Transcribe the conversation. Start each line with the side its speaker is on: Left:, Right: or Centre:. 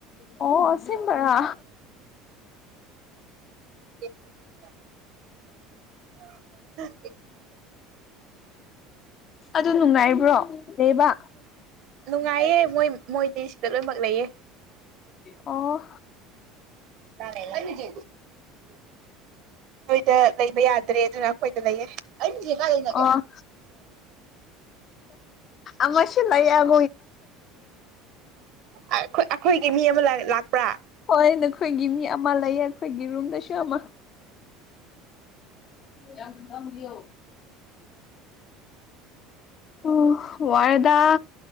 Left: ꯑꯣ ꯑꯁꯦꯡꯕꯔꯥ
Right: <inaudible> <inaudible>
Left: ꯑꯗꯨ ꯅꯨꯡꯉꯥꯏꯕ꯭ꯔꯣ ꯗꯦꯕ
Right: ꯅꯨꯡꯉꯥꯏꯌꯦ ꯃꯣꯏ ꯃꯣꯏꯗꯤ ꯁꯤꯗ ꯂꯣꯏꯅꯃꯛ ꯂꯩꯌꯦ
Left: ꯑꯣ
Right: ꯗꯦ ꯅꯣꯏꯗ ꯂꯩꯕ ꯌꯥꯗ꯭ꯔꯦ ꯑꯗꯨꯅ ꯑꯩꯈꯣꯏꯗ ꯂꯩꯌꯦ ꯑꯩ ꯀꯅꯒꯦꯅꯒ
Left: ꯑꯣ ꯑꯃꯣꯏ ꯁꯤꯂꯥꯏ ꯌꯥꯝ
Right: ꯑꯩꯈꯣꯏꯒꯤ ꯃꯤ ꯑꯃ ꯂꯥꯛꯄ꯭ꯔꯥ
Left: ꯍꯣꯏ ꯅꯈꯣꯏꯒꯤ ꯃꯤ ꯑꯃ ꯂꯩꯌꯦ ꯑꯩꯈꯣꯏꯒꯤ ꯔꯨꯝꯗꯁꯨ ꯑꯃ ꯌꯥꯗ ꯎꯣ ꯎ ꯋꯥꯔꯗꯥ